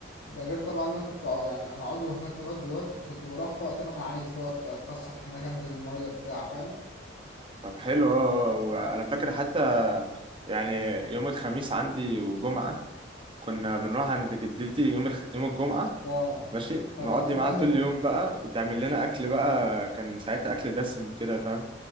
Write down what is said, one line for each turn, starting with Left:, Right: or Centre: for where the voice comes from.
Left: ده غير طبعا إن انا كنت ع- يعني انا عضو هناك لغايه دلوقتي فكنت بروح وقت ما انا عايز بقى أت- اتفسح هناك انزل الميه بتاع فاهم
Right: طب حلو اه اه. آه. وانا فاكر حتى يعني يوم الخميس عندي والجمعة كنا بنروح عند جدتي يوم الخ... يوم الجمعة
Left: اه
Right: ماشي
Left: فده
Right: نقضي
Left: حوار الاهل
Right: معاها طول اليوم بقى وتعمل لنا اكل بقى كان ساعتها اكل دسم كده فاهم